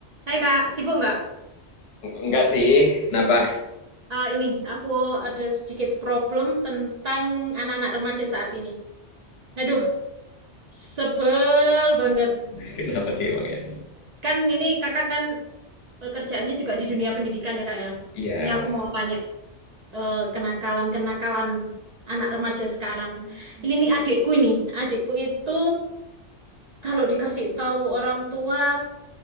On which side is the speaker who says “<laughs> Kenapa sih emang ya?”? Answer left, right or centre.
Left